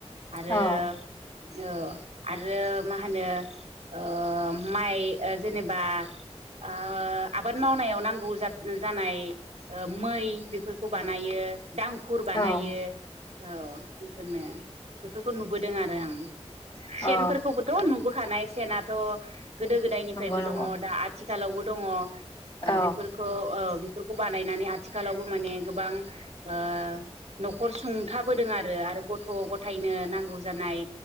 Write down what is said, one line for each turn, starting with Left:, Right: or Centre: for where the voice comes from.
Right: आरो
Left: औ
Right: औ आरो मा होनो ओ माइ जेनेबा आ आबाद मावनायाव नांगौ जा-जानाय ओ मै बेफोरखौ बानायो। दांखुर बानायो
Left: औ
Right: औ बेफोरनो। बेफोरखौ नुबोदों आरो आं।
Left: औ
Right: सेनफोरखौबोथ' नुबोखानाय। सेनाथ' गोदो गोदायनिफ्रायबो
Left: नंगौ नंगौ
Right: दङ'। दा आथि खालावबो दङ'। ओ
Left: औ
Right: बेफोरखौ ओम फोरखौ बानायनानै आथिखालावबो माने गोबां ओ न'खर सुंथाबोदों आरो। आरो गथ' ग थायनो नांगौ जानाय